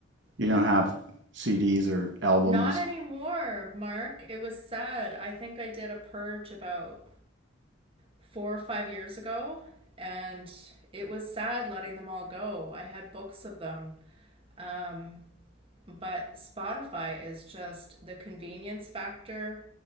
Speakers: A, on the right (about 60°); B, on the right (about 25°).
A: You
B: Yeah.
A: don't have CDs or albums.
B: Not anymore, Mark. It was sad. I think I did a purge about four or five years ago, and it was sad letting them all go. I had books of them. Um, but Spotify is just the convenience factor,